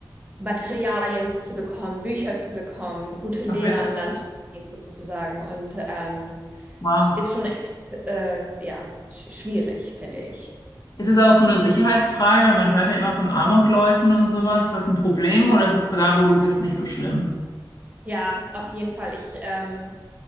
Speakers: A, on the right; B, on the left.
A: Materialien zu bekommen, Bücher zu bekommen, gute Lehrer
B: Ach, wirklich?
A: an Land zu ziehen sozusagen. Und ähm,
B: Wow.
A: ist schon echt, äh, ja, sch schwierig, finde ich.
B: Ist es auch so eine Sicherheitsfrage? Man hört ja immer von Amokläufen und sowas. Ist das ein Problem oder ist es da, wo du bist, nicht so schlimm?
A: Ja, auf jeden Fall. Ich, ähm,